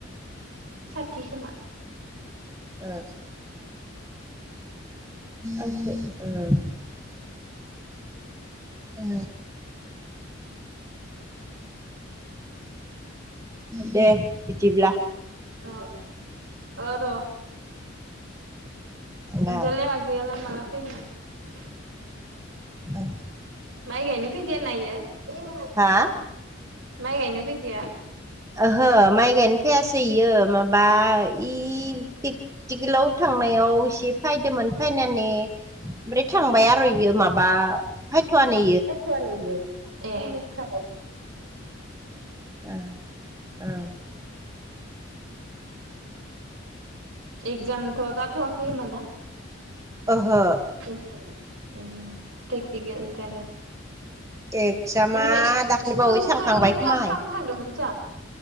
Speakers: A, on the right (about 80°); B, on the right (about 15°).
A: साथि खोमा।
B: ओ ओ अके ओ।
A: उम।
B: ओ। दे बिदिब्ला।
A: अ अ र'
B: ना
A: अनजालि आगैयालाय माला फैयोनो?
B: ओ।
A: माइ गायनो फैदिया ना इयो
B: हा
A: माइ गायनो फैदिया?
B: ओहो माइ गायनो फैयासै इयो माबा इ पेकटिकेलाव थांनायाव आव से फैदोंमोन फैनानै ओमफ्राय थांबाय आरोयो माबा फायथ'वानो ए
A: ए सानैैसो
B: ओ ओ।
A: एगजामथ' जाथ'वाखै होमबाना?
B: ओहो
A: उम पेकथिकेल जादो।
B: एगजामा
A: इनि इस्कु
B: दाख्लैबावै
A: स्कुल स्कुलबो
B: थांखांबाय
A: क्लास
B: खोमाहाय
A: खालामनो थांदोमोनसां?